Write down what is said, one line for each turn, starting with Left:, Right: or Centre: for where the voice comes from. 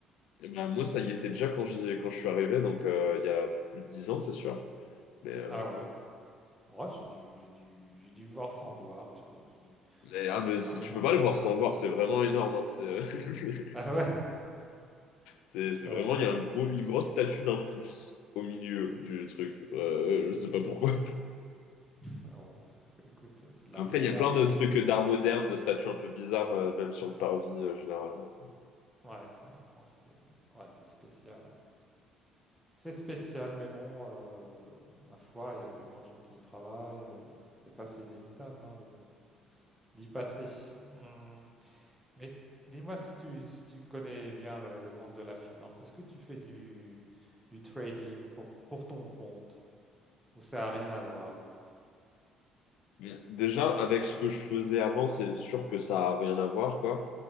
Left: Eh ben, moi, ça y était déjà quand j'ai, quand je suis arrivé, donc euh, il y a plus de 10 ans, c'est sûr. Mais, euh,
Centre: Ah ouais. Oh, j'ai dû, j'ai dû, j'ai dû voir sans voir, tu vois. J'ai dû
Left: mais, ah, mais
Centre: fermer
Left: c'est- tu
Centre: mon
Left: peux pas
Centre: esprit.
Left: le voir sans le voir,
Centre: euh.
Left: c'est vraiment énorme. hein, C'est <laughs>
Centre: Ah ouais,
Left: c'est- c'est
Centre: ouais.
Left: vraiment, il y a un gros, une grosse statue d'un pouce au milieu du truc. Euh, je sais pas pourquoi.
Centre: Bon, écoute, c'est l'art
Left: Après,
Centre: moderne.
Left: il y a plein de
Centre: on-
Left: trucs d'art moderne,
Centre: on
Left: de statues un peu bizarres, euh, même sur le parvis, euh, généralement.
Centre: Ouais, ouais, oh, c'est ouais, c'est spécial. hein. C'est spécial, mais bon, euh, ma foi, il y a tellement de gens qui y travaillent. euh, des fois, c'est inévitable hein, de- d'y passer. Hmm. Mais dis-moi si tu, si tu connais bien le, le monde de la finance, est-ce que tu fais du, du trading pour, pour ton compte ou ça n'a rien à voir?
Left: Mais déjà, avec ce que je faisais avant, c'est sûr que ça a rien à voir, quoi.